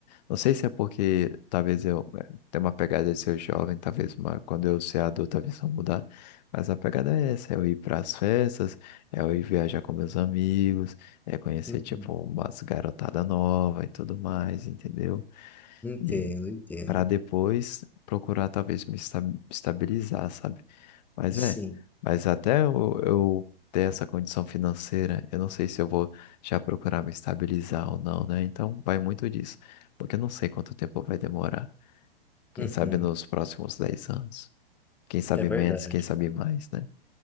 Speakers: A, on the left (about 45°); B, in the centre.
A: não sei se é porque talvez eu eh, tenha uma pegada de ser jovem, talvez uma, quando eu ser adulto a visão mudar. Mas a pegada é essa, é eu ir para as festas, é eu ir viajar com meus amigos, é conhecer,
B: Uhum.
A: tipo, umas garotada nova e tudo mais, entendeu?
B: Entendo,
A: E
B: entendo.
A: para depois procurar, talvez, me esta- estabilizar, sabe? Mas
B: Sim.
A: é, mas até eu, eu ter essa condição financeira, eu não sei se eu vou já procurar me estabilizar ou não, né? Então vai muito disso, porque eu não sei quanto tempo vai demorar. Quem
B: Uhum.
A: sabe nos próximos 10 anos. Quem sabe
B: É verdade.
A: menos, quem sabe mais, né?